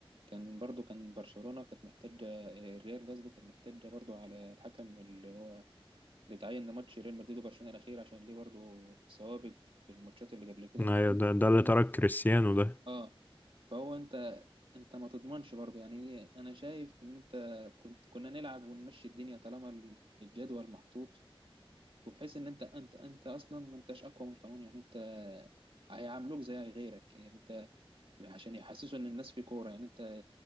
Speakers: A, on the right; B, on the left.
A: كان برضو كان برشلونة كانت محتاجة آه، الريال قصدي كانت محتاجة برضو على الحكم اللي هو اللي اتعين لماتش ريال مدريد وبرشلونة الأخير عشان ليه برضو سوابق في الماتشات اللي قبل كده
B: ايوه ده ده اللي
A: مم.
B: ترك كريستيانو ده
A: اه فهو انت انت ما تضمنش برضه يعني انا شايف ان انت كنت كنا نلعب ونمشي الدنيا طالما ال- الجدول محطوط وبحيث ان انت انت انت اصلا ما انتش اقوى من القانون يعني انت هيعاملوك زي غيرك يعني عشان يحسسوا ان الناس في كوره يعني انت